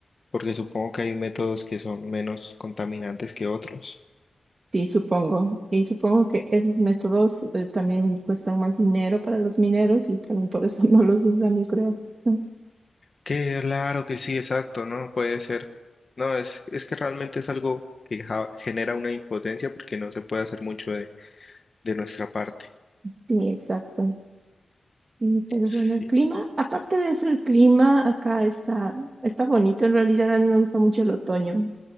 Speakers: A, on the left; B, on the right.
A: Porque supongo que hay métodos que son menos contaminantes que otros.
B: Sí, supongo. Y supongo que esos métodos eh, también cuestan más dinero para los mineros y también por eso <laughs> no los usan, yo creo. <laughs>
A: Claro que sí, exacto, ¿no? Puede ser. No, es, es que realmente es algo que ja- genera una impotencia porque no se puede hacer mucho de, de nuestra parte.
B: Sí, exacto. Y, pero
A: Sí.
B: bueno, el clima, aparte de eso, el clima acá está, está bonito. En realidad a mí me gusta mucho el otoño.